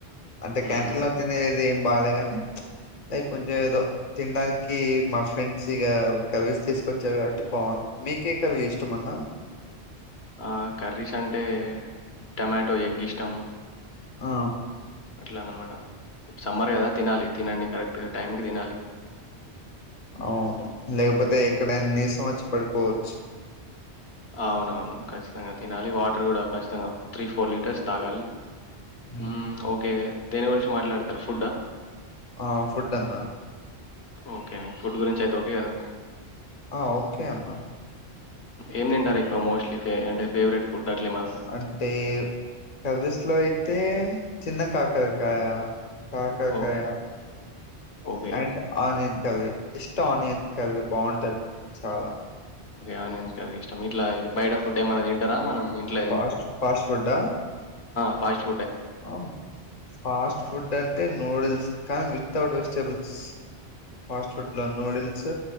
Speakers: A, on the left; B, on the left.
A: అంతే
B: హ్మ్.
A: క్యాంటీన్ లా తిన్నె ఇది ఏం బాేగాని లైక్ కొంచెం ఏదో తినడానికి మా ఫ్రెండ్స్ ఇక కర్రీస్ తీసుకొచ్చాారు కాబట్టి బాగు మీకే కవి ఇష్టం అన్నా
B: ఆ కర్రీస్ అంటే టమాటో ఎగ్ ఇష్టం
A: ఆ
B: అట్లా అన్నమాట. సమ్మర్ కదా తినాలి తినండి కరెక్ట్ టైంకి తినాలి
A: అవును లేకపోతే ఎక్కడైనా నీరాసం వచ్చి పడి పోచ్
B: అవునవును ఖచ్చితంగా తినాలి వాటర్ కూడా ఖచ్చితంగా త్రీ ఫోర్ లీటర్స్ తాగాలి
A: హ
B: హ్మ్. ఓకే. దేని గురించి మాట్లాడతారు ఫుడ్డా
A: ఆ ఫుడ్ందన
B: ఓకే నకు ఫుడ్ గురించి అయితే ఓకే కదా
A: ఆ ఓకే అన్నా
B: ఏమి తింటారు ఎక్కువ మోస్ట్లీ అంటే ఫేవరెట్ ఫుడ్ అట్లేమన్నుందా?
A: అంటే కర్రీస్ లో అయితే చిన్న కాకరకాయ కాకరకాయ
B: ఓహ్! ఓకే.
A: అండ్ ఆనియన్ కర్రీ ఇస్ట ఆనియన్ కర్రీ బాగుంటాది చాలా
B: ఏం ఏం కర్రీ ఇట్లా బయట ఫుడ్ ఏమన్నా తిన్ రా మనం ఇంట్ల
A: ఫాస్ట్ ఫాస్ట్ ఫుడ్డ
B: ఫస్ట్
A: ఆ ఫాస్ట్ ఫుడ్ అంటే నూడిల్స్ కానీ వితౌట్ వెజిటబుల్స్ ఫాస్ట్ ఫుడ్ లో నూడిల్స్